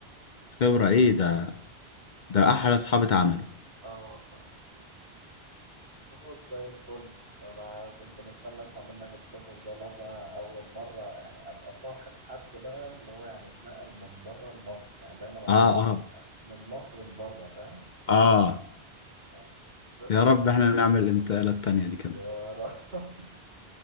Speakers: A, on the left (about 55°); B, on the right (about 85°).
A: خبره ايه ده ده احلى اصحابي اتعملوا
B: <laughs> اه والله خلاص زي الفل انا كنت مستني اسمع منك القصص دي والله عشان أنا اول مرة يعني ابقى صاحب حد بقى اللي هو يعني اتنقل من بره لمصر يعني دايما اصاحب
A: اه
B: ناس
A: اه
B: من مصر لبره فاهم
A: اه
B: آه، بس
A: يا رب احنا نعمل الانتقاله التانيه دي كمان
B: يا رب <laughs>